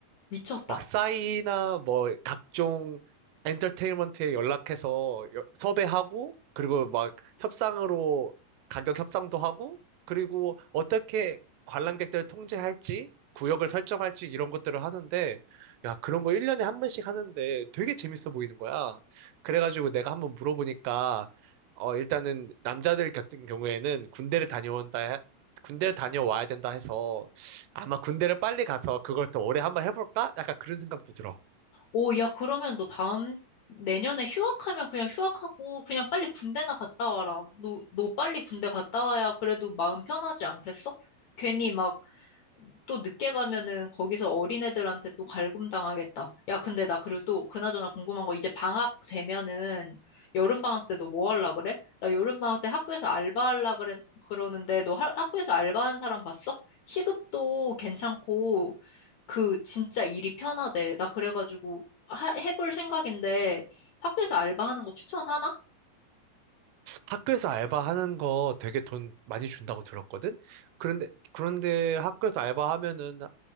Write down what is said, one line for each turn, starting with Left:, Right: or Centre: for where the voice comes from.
Left: 미쳤다.
Right: 막 싸이나 뭐 각종 엔터테인먼트에 연락해서 여- 섭외하고 그리고 막 협상으로 가격 협상도 하고 그리고 어떻게 관람객들을 통제할지 구역을 설정할지 이런 것들을 하는데 야 그런 거 1년에 한 번씩 하는데 되게 재밌어 보이는 거야. 그래가지고 내가 한번 물어보니까 어 일단은 남자들 같은 경우에는 군대를 다녀온다 해- 군대를 다녀와야 된다 해서 아마 군대를 빨리 가서 그걸 더 오래 한번 해볼까? 약간 그런 생각도 들어.
Left: 오 야 그러면 너 다음 내년에 휴학하면 그냥 휴학하고 그냥 빨리 군대나 갔다 와라. 너 너 빨리 군대 갔다 와야 그래도 마음 편하지 않겠어? 괜히 막 또 늦게 가면은 거기서 어린애들한테 또 갈굼당하겠다. 야, 근데 나 그리고 또 그나저나 궁금한 거 이제 방학 되면은 여름방학 때 너 뭐 할라 그래? 나 여름방학 때 학교에서 알바할라 그래, 그러는데 너 하- 학교에서 알바한 사람 봤어? 시급도 괜찮고 그 진짜 일이 편하대. 나 그래가지고 하- 해볼 생각인데 학교에서 알바하는 거 추천하나?
Right: 학교에서 알바하는 거 되게 돈 많이 준다고 들었거든? 그런데, 그런데 학교에서 알바하면은,